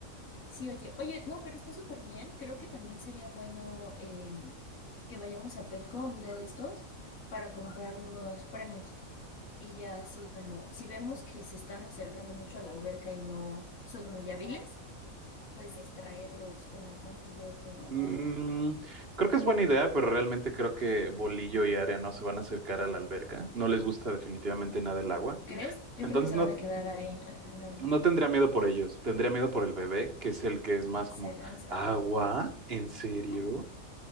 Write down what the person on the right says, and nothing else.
Mm, creo que es buena idea, pero realmente creo que Bolillo y Área no se van a acercar a la alberca. No les gusta definitivamente nada el agua.
Entonces
no,
No tendría miedo por ellos, tendría miedo por el bebé, que es el que es más
como,
¿agua? ¿En serio?